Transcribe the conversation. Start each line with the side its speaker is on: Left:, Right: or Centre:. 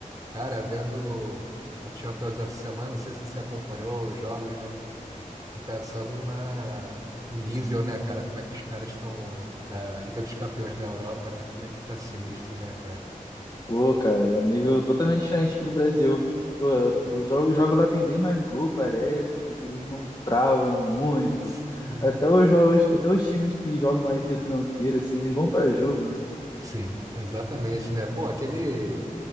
Right: Cara, vendo a Champions dessa semana, não sei se você acompanhou os jogos, né? E pensando na, no nível, né, cara? Como é que os caras estão na Liga dos Campeões da Europa, né? Como é que tá sinistro, né, cara?
Left: Pô, cara, é um nível totalmente diferente aqui do Brasil. Pô, o jogo, o jogo lá tem bem mais gol, parece. Eles não travam muito.
Right: Sim.
Left: Até os jogos, até os times que jogam mais retranqueiro, assim, eles vão pra jogo, né?
Right: Sim, exatamente, né? Pô, aquele